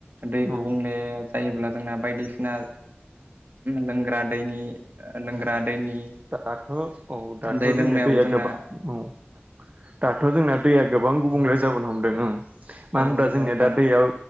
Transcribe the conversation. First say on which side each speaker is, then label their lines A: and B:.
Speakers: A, on the right; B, on the right.
A: दै गुबुंले
B: औ
A: जायोब्ला जोंना बायदिसिना लोंग्रा दैनि लोंग्रा
B: औ
A: दैनि
B: दाथ' औ दाथ'
A: दै लोंनायावबो
B: जोंनिया दैया
A: जोंना
B: गोबां औ दाथ' जोंना दैया गोबां गुबुंले जाबोनो हमदों ओं मानो
A: औ
B: होनब्ला
A: नंगौ
B: जोंनिया
A: नोंथां
B: दा दैयाव